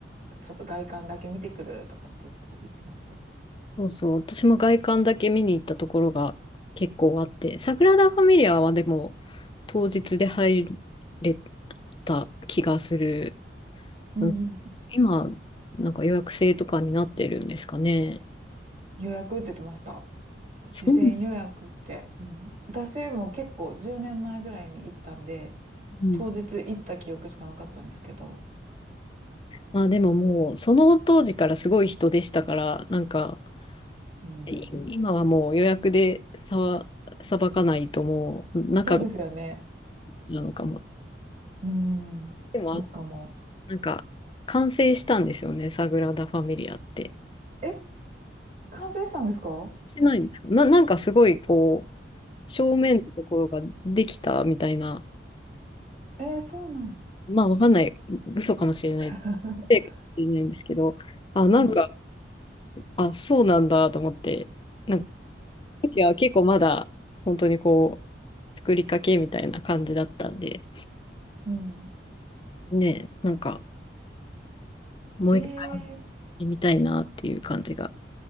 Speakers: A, on the right (about 40°); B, on the left (about 25°).
A: う、ちょっと外観だけ見てくるとかって言って、言ってました。
B: そうそう。私も外観だけ見に行ったところが結構あって、サグラダ・ファミリアはでも当日で入れた気がする。
A: うんうん。
B: うん今、なんか予約制とかになってるんですかね。
A: 予約って言ってました。事前予約って。
B: そう
A: うん、私も結構10年前ぐらいに行ったんで、
B: うん
A: 当日行った記憶しかなかったんですけど。
B: まあでももう、その当時からすごい人でしたから、なんか、
A: うん、
B: い今はもう予約でさば、さばかないともう、中が
A: そうですよね。
B: なのかも。
A: うん、
B: でも、
A: そうかも。
B: なんか、完成したんですよね、サグラダ・ファミリアって。
A: え、完成したんですか
B: してないんですかな、なんかすごいこう、正面のところができたみたいな、
A: えーそうなの。
B: まあわかんない、嘘かもしれない、
A: <laughs>
B: ええかもしれないんですけど、あ、なんか、
A: う
B: あ、そうなんだと思って、なんかいや結構まだ本当にこう、作りかけみたいな感じだったんで、
A: ん、うん。
B: ねえ、なんかもう一回
A: えー
B: 見たいなっていう感じが。